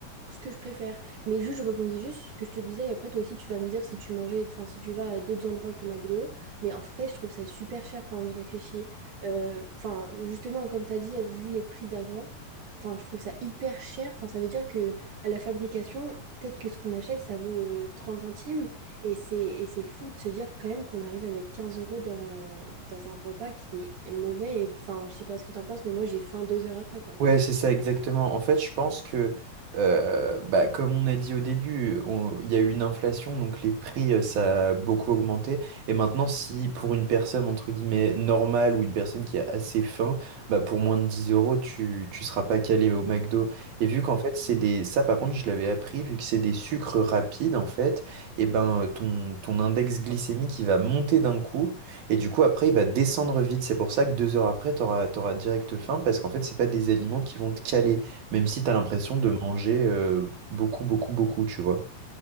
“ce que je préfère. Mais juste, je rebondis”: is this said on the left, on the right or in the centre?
Right